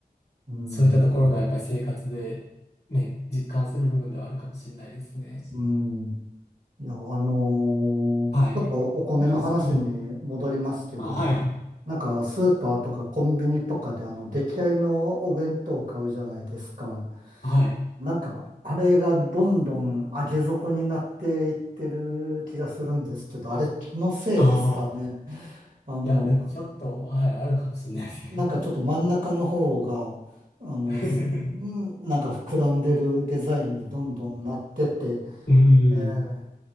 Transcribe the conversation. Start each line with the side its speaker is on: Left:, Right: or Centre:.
Right: うん、
Left: そういったところがやっぱり生活でね、実感する部分ではあるかもしれないですね。
Right: うんいや、あのーちょっとお米の話に戻りますけど、
Left: はい。うん。あ、はい。
Right: なんかスーパーとかコンビニとかであの出来合いのお弁当を買うじゃないですか。
Left: はい。
Right: なんかあれがどんどん上げ底になっていってる気がするんですけど、あれ気のせいですかね。
Left: ああ。
Right: あの、
Left: いや、でもちょっと、はい、あるかもしれないですね。
Right: なんかちょっと真ん中の方が、あの、
Left: <laughs>
Right: ず、んなんか膨らんでるデザインにどんどんなってて、
Left: うん。
Right: えー